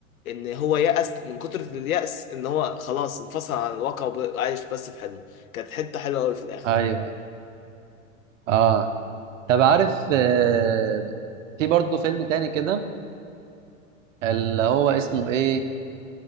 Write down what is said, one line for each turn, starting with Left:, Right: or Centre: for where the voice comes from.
Left: ان هو يأس من كتر اليأس ان هو خلاص انفصل عن الواقع وعايش بس في حلمه كانت حته حلوه قوي في الاخر
Right: ايوه
Left: يعني.
Right: اه طب عارف آه في برضه فيلم تاني كده اللي هو اسمه ايه